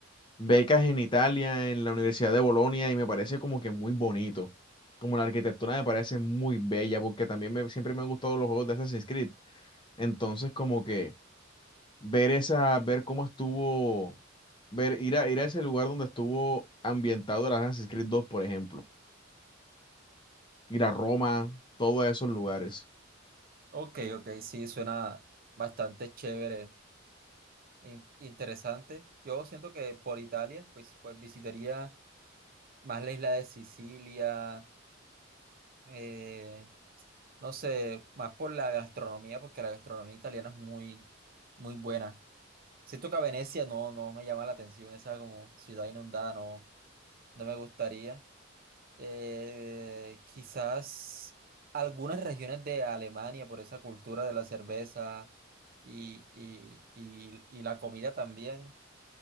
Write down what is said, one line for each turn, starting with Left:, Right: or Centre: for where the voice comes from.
Left: becas en Italia, en la Universidad de Bolonia, y me parece como que muy bonito. Como la arquitectura me parece muy bella, porque también me- siempre me han gustado los juegos de Assassin's Creed. Entonces, como que... ver esa, ver cómo estuvo, ver, ir a, ir a ese lugar donde estuvo ambientado el Assassin's Creed dos por ejemplo. Ir a Roma, todos esos lugares.
Right: Ok, ok, sí, suena bastante chévere, in- interesante. Yo siento que por Italia, pues, pues visitaría más la isla de Sicilia, eh, no sé, más por la gastronomía, porque la gastronomía italiana es muy, muy buena. Siento que a Venecia no, no me llama la atención, esa como ciudad inundada, no, no me gustaría. eh, quizás algunas regiones de Alemania por esa cultura de la cerveza y, y- y- y la comida también.